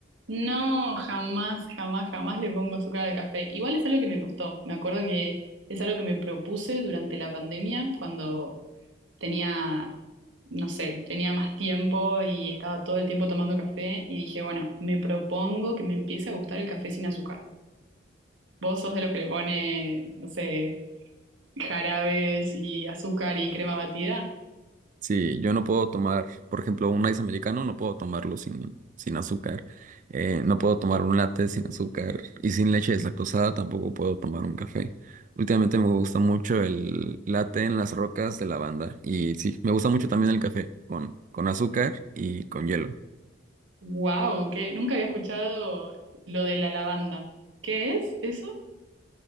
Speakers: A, on the right; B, on the right.
A: No, jamás, jamás, jamás le pongo azúcar al café. Igual es algo que me costó. Me acuerdo que es algo que me propuse durante la pandemia cuando tenía, no sé, tenía más tiempo y estaba todo el tiempo tomando café y dije, bueno, me propongo que me empiece a gustar el café sin azúcar. ¿Vos sos de los que le pone, no sé, jarabes y azúcar y crema batida?
B: Sí, yo no puedo tomar, por ejemplo, un ice americano, no puedo tomarlo sin, sin azúcar. Eh, no puedo tomar un latte sin azúcar y sin leche deslactosada, tampoco puedo tomar un café. Últimamente me gusta mucho el latte en las rocas de lavanda y sí, me gusta mucho también el café con, con azúcar y con hielo.
A: ¡Wow! Que nunca había escuchado lo de la lavanda. ¿Qué es eso?